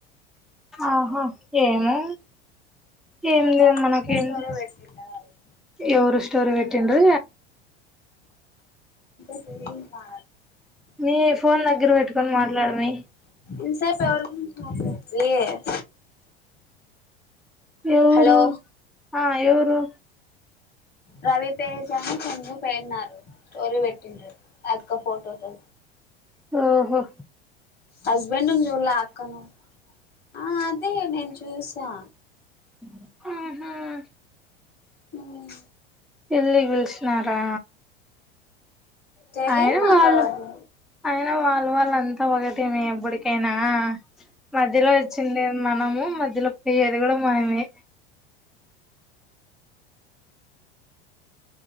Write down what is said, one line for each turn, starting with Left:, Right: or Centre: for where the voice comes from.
Centre: ఆహా ఏమో తేలేదు
Left: ఒకసారి
Centre: మనకేంది
Left: ఇన్స్టా స్టోరీ పెట్టిండే వాళ్ళు
Centre: ఎవరు స్టోరీ పెట్టింరు
Left: సిరిగుం ఆ
Centre: మీ ఫోన్ దగ్గర పెట్టుకని మాట్లాడమే
Left: ఇంత సేపు ఎవరి గురించి మాట్లాడుతున్నారు
Centre: ఎవరు
Left: హలో
Centre: ఆ ఎవరు
Left: రవితేజ ను సంజీ పోయారు స్టోరీ పెట్టిండ్రి ఆ అక్క ఫోటోతో
Centre: ఆహో
Left: హస్బెండ్ ను చూళ అక్కను ఆ అదే నేను చూసా
Centre: హుమ్ హుమ్
Left: హుమ్
Centre: పెళ్ళి పిలిచినారా
Left: తెలియదు
Centre: ఆయన
Left: నాకు
Centre: వాళ్ళు
Left: అవన్నీ
Centre: అయినా వాళ్లు వాళ్ళ అంతా ఒకటేనే ఎప్పడికైనా మధ్యలో వచ్చింది మనము మధ్యలో పోయ్యేది కూడా మనమే